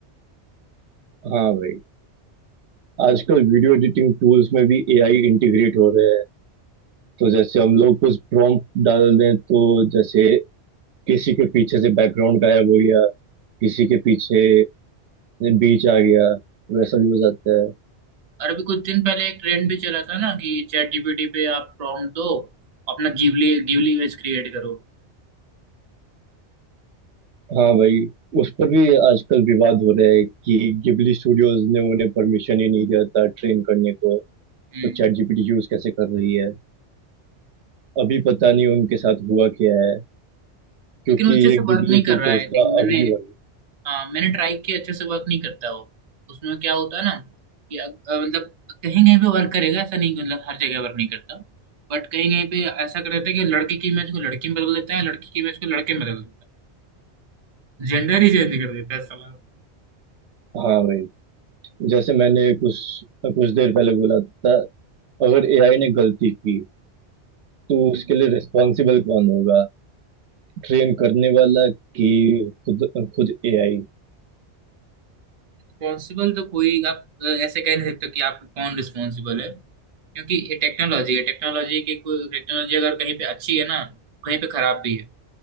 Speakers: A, on the right; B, on the right.
A: हाँ भाई आजकल वीडियो एडिटिंग टूल्स में भी एआई इंटीग्रेट हो रहे हैं तो जैसे हम लोग कुछ प्रॉम्प्ट डाल दें तो जैसे किसी के पीछे से बैकग्राउंड गायब हो गया
B: हम्म।
A: किसी के पीछे बीच आ गया वैसा भी हो जाता है
B: और अभी कुछ दिन पहले एक ट्रेंड भी चला था ना कि चैट जीपीटी पे आप प्रॉम्प्ट दो अपना गिबली गिबली इमेज क्रिएट करो
A: हाँ
B: तो
A: भाई उस पर भी आजकल विवाद हो रहा है कि गिबली स्टूडियोज ने उन्हें परमिशन ही नहीं दिया था ट्रेन करने को
B: हम्म
A: तो चैट जीपीटी यूज कैसे कर रही है अभी पता नहीं उनके साथ हुआ क्या है क्योंकि
B: लेकिन वो अच्छे
A: ये
B: से
A: गिबली
B: वर्क नहीं कर
A: फोटोज
B: रहा है आई
A: तो
B: थिंक मैंने
A: अभी भी बन रही
B: हाँ मैंने ट्राई किया अच्छे से वर्क नहीं करता वो उसमें क्या होता है ना कि अग- अ, मतलब कहीं कहीं पे वर्क करेगा ऐसा नहीं कि मतलब हर जगह वर्क नहीं करता बट कहीं कहीं पे ऐसा कर देता है कि लड़के की इमेज को लड़की में बदल देता है लड़की की इमेज को लड़के में बदल देता है जेंडर ही चेंज कर देता है साला
A: है। हाँ भाई जैसे मैंने कुछ कुछ देर पहले बोला था अगर एआई ने गलती की तो उसके लिए रिस्पॉन्सिबल कौन होगा ट्रेन करने वाला कि खुद खुद एआई
B: रिस्पॉन्सिबल तो कोई आप अ, ऐसे कह नहीं सकते कि आप कौन रिस्पॉन्सिबल है क्योंकि ये टेक्नोलॉजी है टेक्नोलॉजी की कोई टेक्नोलॉजी अगर कहीं पे अच्छी है ना कहीं पे खराब भी है